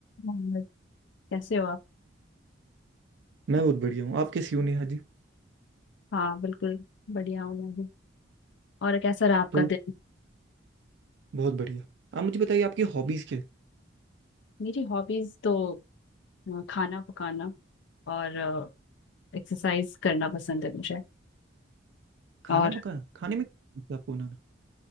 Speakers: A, on the left; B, on the right.
A: हाँ, कैसे हो आप
B: मैं बहुत बढ़िया हूँ आप कैसी हो नेहा जी
A: हाँ बिल्कुल बढ़िया हूँ मैं भी और कैसा रहा आपका
B: तो
A: दिन
B: बहुत बढ़िया आप मुझे बताइए आपकी हॉबीज क्या है
A: मेरी हॉबीज तो अ, खाना पकाना और एक्सरसाइज करना पसंद है मुझे
B: खाना
A: और
B: पकाना खाने में क्या लगता है आपको बनाना